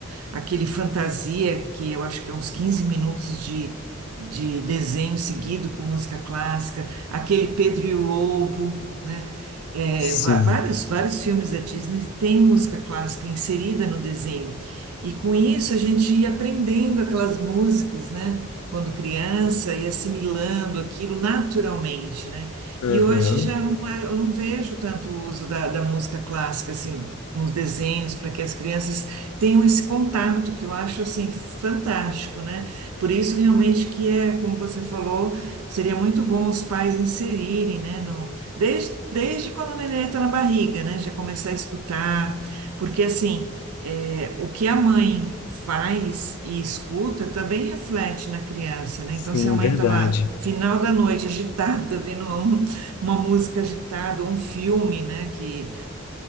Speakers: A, on the right; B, on the left.
A: aquele Fantasia, que eu acho que é uns 15 minutos de, de desenho seguido com música clássica, aquele Pedro e o Lobo, né? É,
B: Sim.
A: va- vários, vários filmes da Disney têm música clássica inserida no desenho. E com isso a gente ia aprendendo aquelas músicas, né? Quando criança, e assimilando aquilo naturalmente, né?
B: Aham.
A: E hoje já não, é- eu não vejo tanto o uso da, da música clássica assim nos desenhos para que as crianças tenham esse contato que eu acho assim fantástico, né? Por isso realmente que é, como você falou, seria muito bom os pais inserirem, né? No, desde, desde quando o neném está na barriga, né? Já começar a escutar, porque assim é, o que a mãe faz e escuta também reflete na criança, né?
B: Sim,
A: Então, se a mãe
B: verdade.
A: está lá, final da noite, agitada, vendo uma, uma música agitada, ou um filme, né? Que